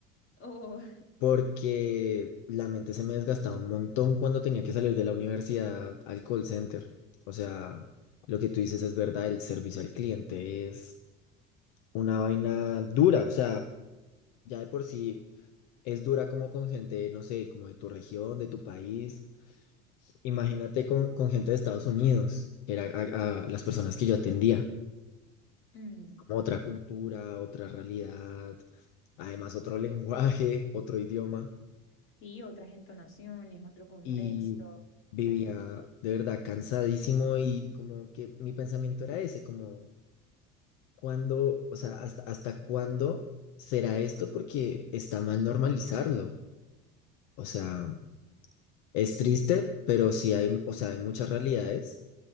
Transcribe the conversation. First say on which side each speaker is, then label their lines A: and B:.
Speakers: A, on the left; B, on the left.
A: Oh,
B: porque la mente se me desgastaba un montón cuando tenía que salir de la universidad al call center. O sea, lo que tú dices es verdad, el servicio al cliente es una vaina dura, o sea, ya de por sí es dura como con gente, no sé, como de tu región, de tu país. Imagínate con, con gente de Estados Unidos, que era a, a las personas que yo atendía,
A: <laughs> mm,
B: como otra cultura, otra realidad, además otro <laughs> lenguaje, otro idioma.
A: sí, otras entonaciones, otro contexto.
B: y vivía
A: Mm,
B: de verdad cansadísimo y como que mi pensamiento era ese, como cuándo, o sea, hasta, hasta cuándo será esto porque está mal normalizarlo. O sea, es triste, pero sí hay, o sea, hay muchas realidades